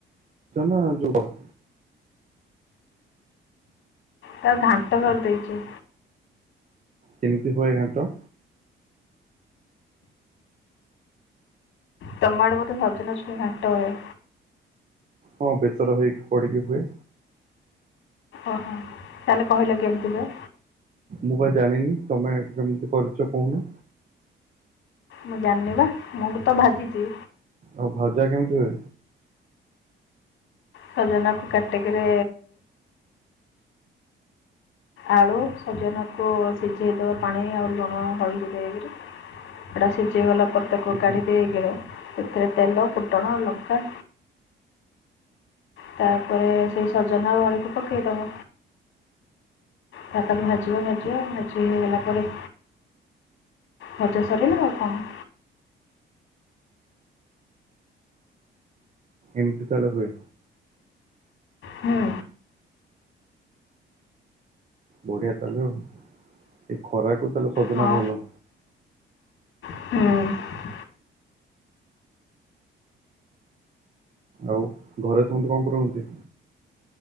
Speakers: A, on the right; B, on the left.
A: <unintelligible> ଯୋ।
B: ତାକୁ ଘାଣ୍ଟ କରିଦେଇଛୁ।
A: କେମିତି ହୁଏ ଘାଣ୍ଟ?
B: ତମ ଆଡେ ବୋଧେ ସଜନା ଛୁଇଁ ଘାଣ୍ଟ ହୁଏ।
A: ହଁ ବେଶର ହେଇକି ପଡ଼ିକି ହୁଏ।
B: ଓହୋ ତାହେଲେ କହିଲ କେମିତି ହୁଏ?
A: ମୁଁ ବା ଜାଣିନି ତମେ କେମିତି କରିଛ କହୁନା।
B: ମୁଁ ଜାଣିନି ବା ମୁଁବି ତ ଭାଜିଛି।
A: ଆଉ ଭଜା କେମିତି ହୁଏ?
B: ସଜନାକୁ କାଟିକିରି ଆଳୁ ସଜନାକୁ ସିଝେଇଦେବା ପାଣି ଆଉ ଲୁଣ ହଳଦି ଦେକିରି ସେଡା ସିଝେଇ ଗଲା ପରେ ତାକୁ
A: ଉଁ ହୁଁ
B: କାଢି ଦେଇକିରି ସେଥିରେ ତେଲ ଫୁଟଣ ଲଙ୍କା ତାପରେ ସେଇ ସଜନା ଆଉ ଆଳକୁ ପକେଇଦବ ତା ଭାଜି ଭାଜିବ ଭାଜିବ
A: ଆଚ୍ଛା
B: ଭାଜି ହେଇଗଲା ପରେ ଭଜା ସରିଲା ଆଉ କଣ।
A: ଏମିତି ତାହେଲେ ହୁଏ।
B: ହୁଁ
A: ବଢିଆ ତାହେଲେ ଆଉ ଏ ଖରାକୁ ତାହେଲେ ସଜନା
B: ହଁ
A: ଭଲ।
B: ହୁଁ।
A: ଆଉ ଘରେ ସମସ୍ତେ କଣ କରନ୍ତି?